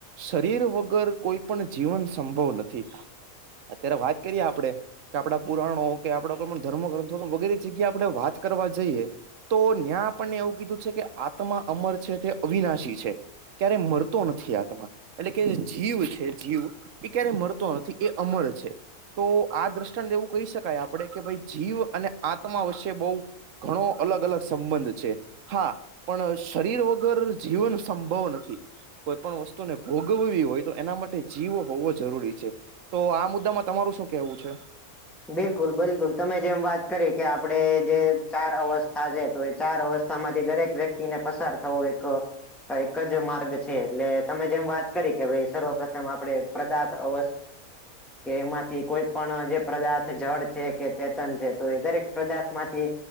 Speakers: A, on the right; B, in the centre.
A: શરીર વગર કોઈ પણ જીવન સંભવ નથી અત્યારે વાત કરીએ આપડણે. કે આપણા પુરાણો કે આપડ કોઈ પણ ધર્મ ગ્રંથો વગેરે જગ્યા આપડણે વાત કરવા જઈએ. તો ત્યાં આપણને એવું કીધું છે કે આત્મા અમર છે તે અવિનાશી છે. ક્યારેય મરતો નથી આત્માં એટલે કે જીવ છે જીવ એ ક્યારે મરતો નથી એ અમર છે. તો આ દ્રષ્ટાને એવું કહી શકાય આપડે કે ભાઈ જીવ અને આત્મા વચ્ચે બહુ. ઘણો અલગ અલગ સંબંધ છે. હા પણ શરીર વગર જીવન સંભવ નથી. કોઈ પણણ વસ્તુને ભોગવવી હોય. તો એના માટે જીવો હોવો જરૂરી છે તો આ મુદ્દામાં તમારું શું કેવું છે.
B: બિલકુલ બિલકુલ તમે જેમ વાત કરી કે આપડે જે ચાર અવસ્થા છે. તો એ ચાર અવસ્થા માંથી દરેક વ્યક્તિને પસાર થવું એક. એક જ માર્ગ છે એટલે તમે જેમ વાત કરી કે ભાઈ સર્વપથમ આપડે પદાર્થ અવ. કે એમાંથી કોઈ પણ જે. પદાર્થ જળ છે કે ચેતન છે તો એ દરેક પદાર્થ માંથી.